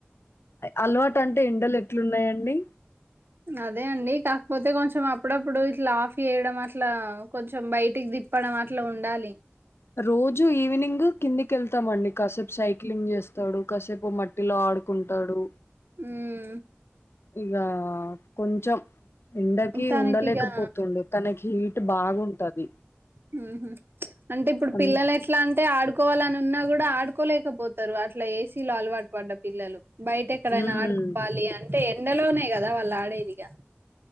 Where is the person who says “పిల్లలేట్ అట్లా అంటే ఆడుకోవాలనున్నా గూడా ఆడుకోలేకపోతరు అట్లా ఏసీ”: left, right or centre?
Right